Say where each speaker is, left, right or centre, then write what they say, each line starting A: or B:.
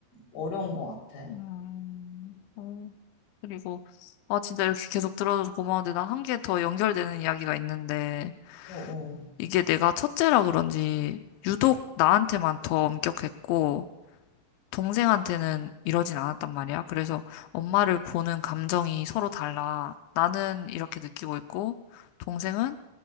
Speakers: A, on the left; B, on the left.
A: 어려운 것 같아.
B: 응. 어, 그리고 아, 진짜 이렇게 계속 들어줘서 고마운데 나 한 개 더 연결되는 이야기가 있는데
A: 어, 어.
B: 이게 내가 첫째라 그런지 유독 나한테만 더 엄격했고 동생한테는 이러진 않았단 말이야. 그래서 엄마를 보는 감정이 서로 달라. 나는 이렇게 느끼고 있고 동생은